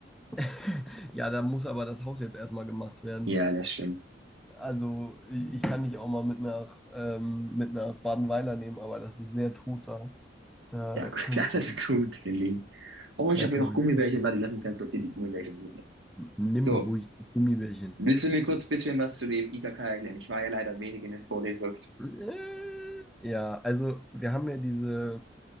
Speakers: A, in the centre; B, on the right (about 85°).
A: <laughs> ja, da muss aber das Haus jetzt erstmal gemacht werden.
B: Ja, das stimmt.
A: Also ich, ich kann dich auch mal mit nach, ähm, mit nach Badenweiler nehmen, aber das ist sehr tot da. Da
B: Ja, gut,
A: können
B: <laughs> alles
A: wir, nicht
B: gut,
A: hin.
B: gelingt. Oh, ich
A: da
B: habe
A: können
B: hier noch
A: wir.
B: Gummibärchen.
A: nicht hin.
B: Warte, lass mich ganz kurz hier die Gummibärchen suchen.
A: Nimm
B: So,
A: ruhig die Gummibärchen.
B: willst du mir kurz ein bisschen was zu dem IKK erklären? Ich war ja leider wenig in der Vorlesung.
A: Äh, Ja, also wir haben ja diese